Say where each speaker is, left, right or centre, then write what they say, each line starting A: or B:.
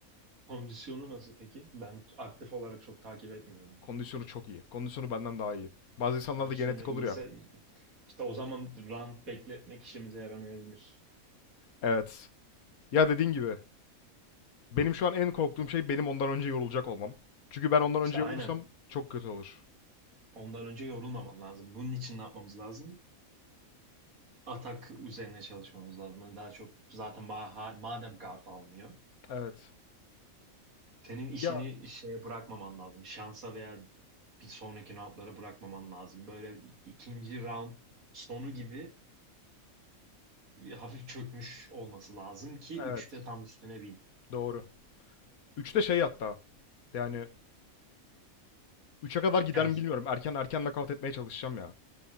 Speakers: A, on the right; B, on the left.
A: kondisyonu nasıl peki? Ben aktif olarak çok takip etmiyorum.
B: Kondisyonu çok iyi. Kondisyonu benden daha iyi. Bazı insanlarda
A: Kondisyonu
B: genetik
A: iyiyse
B: olur ya.
A: işte o zaman round bekletmek işimize yaramayabilir.
B: Evet. Ya dediğin gibi benim şu an en korktuğum şey benim ondan önce yorulacak olmam. Çünkü ben ondan
A: İşte
B: önce
A: aynen.
B: yorulursam çok kötü olur.
A: Ondan önce yorulmaman lazım. Bunun için ne yapmamız lazım? Atak üzerine çalışmamız lazım. Yani daha çok zaten ma- ha- madem guard almıyor.
B: Evet.
A: Senin işini
B: Ya
A: şeye bırakmaman lazım. Şansa veya bir sonraki roundlara bırakmaman lazım. Böyle ikinci round sonu gibi bir hafif çökmüş olması lazım ki
B: evet.
A: üçte tam üstüne bin.
B: Doğru. Üçte şey hatta. Yani üçe kadar gider
A: Ya,
B: mi bilmiyorum. Erken erken nakavt etmeye çalışacağım ya.